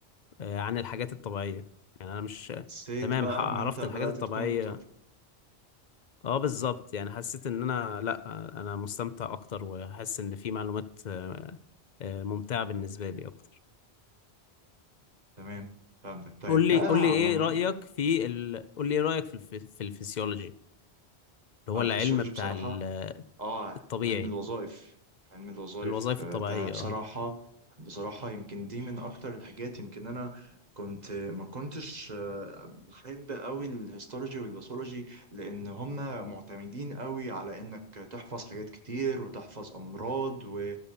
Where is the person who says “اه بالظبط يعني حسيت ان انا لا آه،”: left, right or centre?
Left